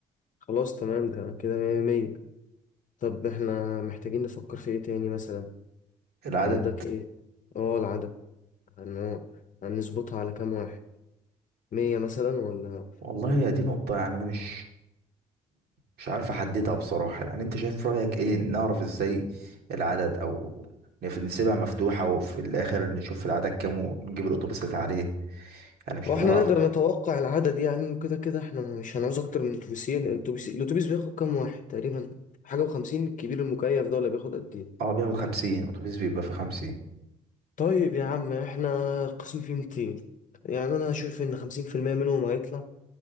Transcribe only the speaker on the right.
العدد
والله يا دي نقطة يعني أنا مش مش عارف أحددها بصراحة يعني أنت شايف رأيك إيه نعرف إزاي العدد أو نف- نسيبها مفتوحة وفي الآخر نشوف العدد كام ونجيب الأتوبيسات عليه يعني مش
قادر أعرف
أه بياخد خمسين أتوبيس بيبقى فيه خمسين